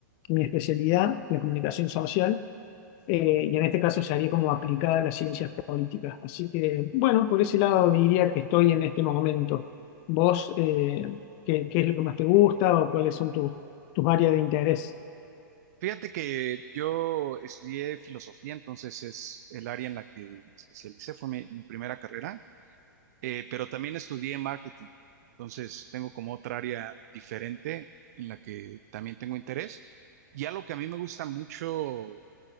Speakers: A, on the left (about 35°); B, on the right (about 55°).
A: mi especialidad, la comunicación social eh, y en este caso sería como aplicada a las ciencias políticas. Así que, bueno, por ese lado diría que estoy en este momento. ¿Vos eh, qué, qué es lo que más te gusta o cuáles son tus, tus áreas de interés?
B: Fíjate que yo estudié filosofía, entonces es el área en la que me especialicé, fue mi, mi primera carrera, eh, pero también estudié marketing, entonces tengo como otra área diferente en la que también tengo interés. Y algo que a mí me gusta mucho,